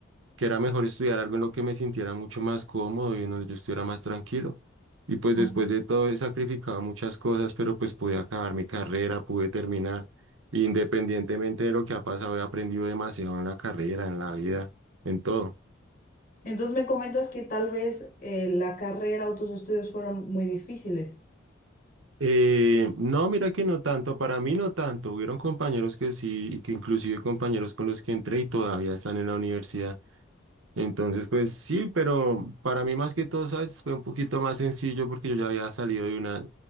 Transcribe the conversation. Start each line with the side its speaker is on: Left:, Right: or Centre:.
Right: que era mejor estudiar algo en lo que me sintiera mucho más cómodo y en donde yo estuviera más tranquilo. Y pues
Left: ah.
Right: después de todo he sacrificado muchas cosas, pero pues pude acabar mi carrera, pude terminar. Y Independientemente de lo que ha pasado, he aprendido demasiado en la carrera, en la vida, en todo.
Left: Entonces me comentas que tal vez eh, la carrera o tus estudios fueron muy difíciles.
Right: Eh, no, mira que no tanto, para mí no tanto. Hubieron compañeros que sí, y que inclusive compañeros con los que entré y todavía están en la universidad. Entonces, pues sí, pero para mí más que todo, ¿sabes? Fue un poquito más sencillo porque yo ya había salido de una,